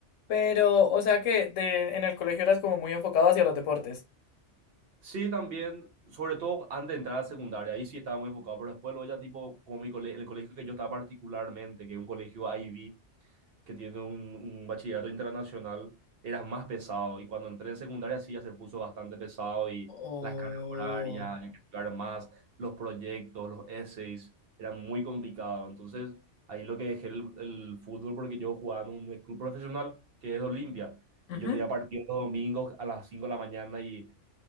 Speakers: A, on the left; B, on the right.
A: Pero, o sea que de, en el colegio eras como muy enfocado hacia los deportes.
B: Sí, también, sobre todo antes de entrar a secundaria, ahí sí estaba muy enfocado, pero después luego ya tipo, como mi cole- el colegio que yo estaba particularmente, que es un colegio IB, que tiene un, un bachillerato internacional, era más pesado. Y cuando entré en secundaria sí ya se puso bastante pesado y
A: O...
B: las cargas horarias, había que estudiar más, los proyectos, los essays, eran muy complicados. Entonces ahí lo que dejé el, el fútbol porque yo jugaba en un club profesional que es Olimpia.
A: Ujú.
B: Y yo tenía partido los domingos a las 5 de la mañana y